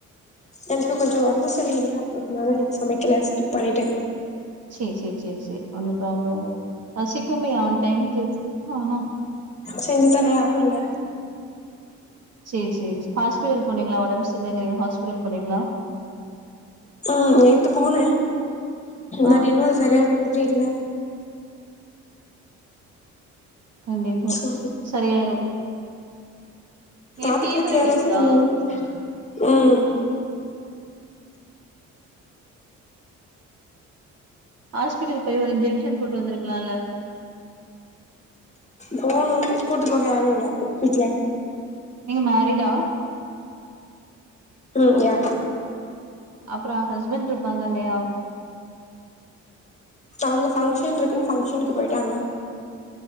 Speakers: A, on the left (about 25°); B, on the right (about 55°).
A: என்க்கு கொஞ்ச ஒட்ம்பு சரியில்ல அதனால இனனிக்கு சமைக்கல ஸ்கிப் பண்ணிட்டே
B: சேர் சேர் சேர் சேரி ஒன்னு ப்ராப்ளோல்ல பசிக்குமே ஆன் டைம்க்கு ஆனா
A: செஞ்சு தர யாரு இல்ல
B: சேர் சேரி சேரி ஹாஸ்பிட்டல் போனீங்களா ஒடம் சர்ல்லங்குறீங்க ஹாஸ்பிடல் போனிங்ளா
A: ஆ நேத்து போன
B: ஆ
A: பட் இன்னு அது சரியான மாத்ரி இல்ல
B: கண்டிப்பா
A: சோ
B: சரியாயிரு
A: பாத்துக்றக்கு
B: ஏ ஃபீவர்
A: யாராச்சு
B: அடிக்குதா
A: வைங்க ம்
B: ஹாஸ்பிடல் போய் ஒரு இஜ்ஜெக்க்ஷன் போட்டு வந்துருக்கலால்ல
A: போணு கூட்டு போக யாரு இல்ல வீட்ல
B: நீங்க மேரிடா
A: ம் யா
B: அப்ற ஹஸ்பண்ட் இருப்பாங்க இல்லையா
A: அவங்க ஃபங்க்ஷன் இருக்குன்னு ஃபங்க்ஷனுக்கு போய்டாங்க